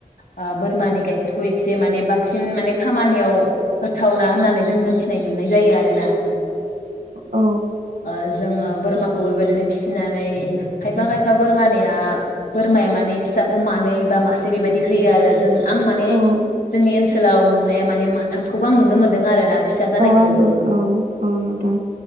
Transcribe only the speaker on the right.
औ
औ
औ आंबो औ औ नुदों।